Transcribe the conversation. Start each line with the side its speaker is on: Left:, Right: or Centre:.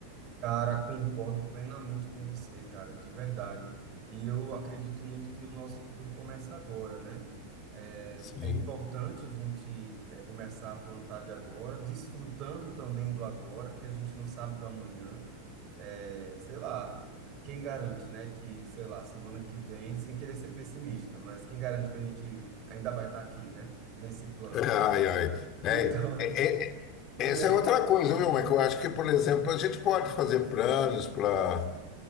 Right: Cara, concordo plenamente com você, cara, de verdade. E eu acredito muito que o nosso futuro começa agora, né? É,
Left: Sim.
Right: é importante a gente é, começar a plantar de agora, desfrutando também do agora, porque a gente não sabe do amanhã. É, sei lá, quem garante, né, que, sei lá, semana que vem, sem querer ser pessimista, mas quem garante que a gente ainda vai estar aqui, né, nesse plano?
Left: Ai, ai. É,
Right: Então,
Left: é, é-
Right: <laughs>
Left: essa
Right: né?
Left: é outra coisa, viu, Mas Eu acho que, por exemplo, a gente pode fazer planos para